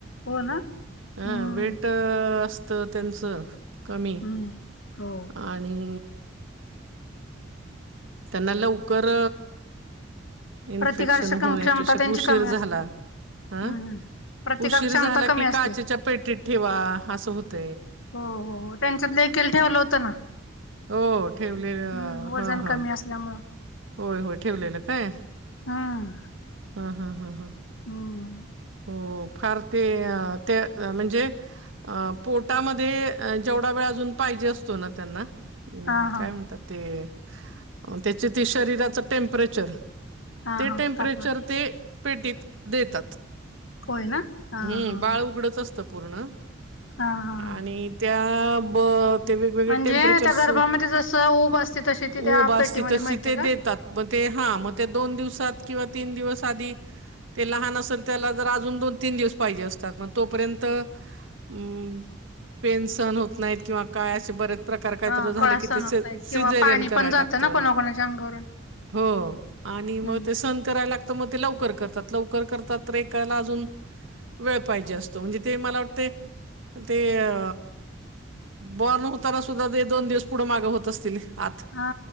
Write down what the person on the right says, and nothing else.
अं
वेट असत त्यांचं कमी
आणि त्यांना लवकर इन्फेक्शन
होण्या
याच्याष
उशीर
झाला
हं
उशीर
झाला
की
काचेच्या पेटीत ठेवा असं होत
हो ठेवलेलं
हां हां
होय होय ठेवलेलं काय
हा हा हा हा
हो फार ते ते म्हणजे अ पोर्टामध्ये जेवढा वेळ अजून पाहिजे असतो ना त्यांना हम्म
काय म्हणतात ते त्याचे ते शरीराचं टेम्परेचर
ते
टेम्परेचर
ते पेटीत देतात
हम्म बाळ
उघडत असत पूर्ण
आणि त्या ब ते वेगवेगळे
टेम्परेचरस
उभ असती
तशी
ते
देत मग ते हा मग ते दोन दिवसात किंवा तीन दिवस आधी ते लहान असेल त्याला जर अजून दोन तीन दिवस पाहिजे असतात मग तोपर्यंत अम पेनसन होत नाहीत किंवा काय असे बरेच प्रकार काहीत
झालं
कि ते स
सिजेरियन
कराय
लागत
हो आणि
मग ते संत करायला लागत मग ते लवकर करतात लवकर करतात तर एकाला अजून वेळ पाहिजे असतो म्हणजे ते मला वाटते ते अ बॉर्न होताना सुद्धा ते दोन दिवस पुढे मागे होत असतील. आत